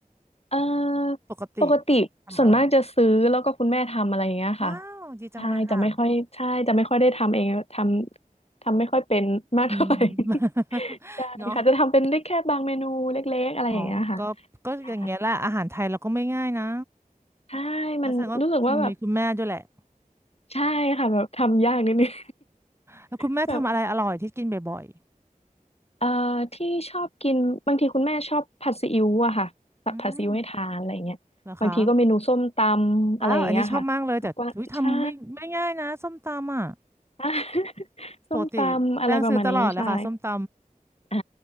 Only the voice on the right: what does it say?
ปกติทำอร่อยไหมว้าวดีจังเลยค่ะ
อืม <laughs>
เนาะอ๋อก็ก็อย่างเงี้ยแหละอาหารไทยเราก็ไม่ง่ายนะ
แล้วแสดงว่าคุณมีคุณแม่ด้วยแหละ
แล้วคุณแม่ทำอะไรอร่อยที่กินบ่อย
ๆอืมเหรอคะ ว้าวอันนี้ชอบมากเลยแต่ทุยทำไม่ไม่ง่ายนะส้มตำอ่ะ
ปกติแป้งซื้อตลอดเลยค่ะส้มต